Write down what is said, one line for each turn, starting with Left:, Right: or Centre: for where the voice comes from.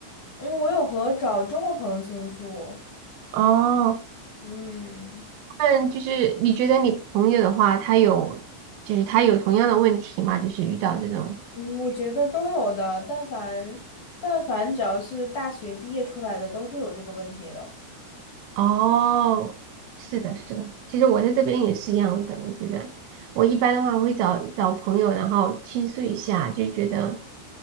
Left: 嗯，我有和找中国朋友倾诉，
Right: 哦，
Left: 嗯
Right: 那就是你觉得你朋友的话，他有就是他有同样的问题吗？就是遇到这种。
Left: 嗯，我觉得都有的，但凡但凡只要是大学毕业出来的，都是有这个问题的。
Right: 哦，是的，是的，其实我在这边也是一样的。我觉得我一般的话会找找朋友，然后倾诉一下，就觉得